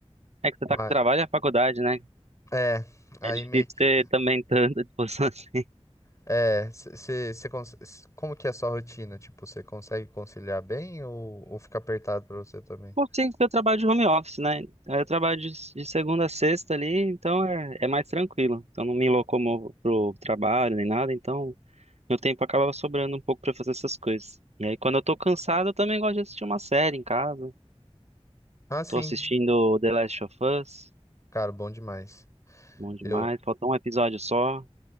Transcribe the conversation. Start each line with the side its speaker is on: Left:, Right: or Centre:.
Right: É que você
Left: Mas
Right: tá com trabalho e a faculdade, né?
Left: é, aí
Right: É difícil
Left: meio que
Right: ter também tanta disposição <laughs> assim.
Left: é, você como que é a sua rotina? Tipo, você consegue conciliar bem ou, ou fica apertado pra você também?
Right: Bom, sim, porque eu trabalho de home office, né? Aí Eu trabalho de, de segunda a sexta ali, então é, é mais tranquilo. Então não me locomovo pro trabalho nem nada, então meu tempo acaba sobrando um pouco pra fazer essas coisas. E aí quando eu tô cansado, eu também gosto de assistir uma série em casa.
Left: Ah, sim.
Right: Tô assistindo The Last of Us,
Left: Cara, bom demais.
Right: bom demais.
Left: Eu,
Right: Faltou um episódio só.